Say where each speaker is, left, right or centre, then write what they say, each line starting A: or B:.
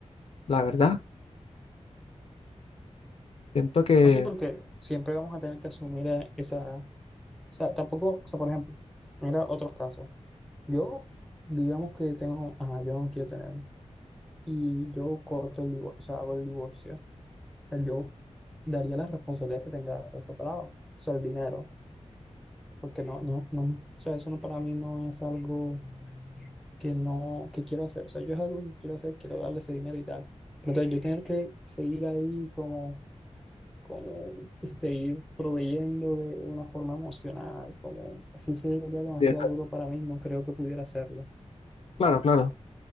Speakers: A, on the left; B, in the centre.
A: la verdad. Siento que...
B: No sí, porque siempre vamos a tener que asumir eh, esa... O sea, tampoco, o sea, por ejemplo, mira otros casos. Yo, digamos que tengo, ajá, yo no quiero tener, y yo corto el divorcio, o sea, hago el divorcio. O sea, yo daría la responsabilidad que tenga por esa palabra, o sea, el dinero. porque no, no, no, o sea, eso no, para mí no es algo que no, que quiero hacer. O sea, yo es algo que quiero hacer, quiero darle ese dinero y tal. Entonces, yo tener que seguir ahí como, como seguir proveyendo de una forma emocional, como así sería demasiado
A: Sí, está-
B: duro para mí, no creo que pudiera hacerlo.
A: Claro, claro.